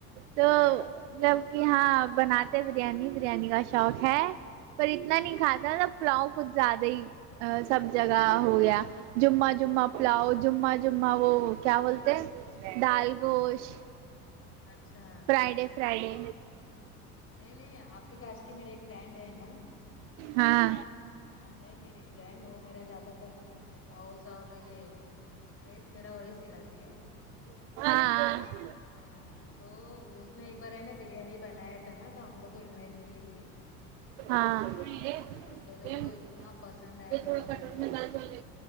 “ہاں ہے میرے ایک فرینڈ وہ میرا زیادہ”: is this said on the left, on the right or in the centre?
Left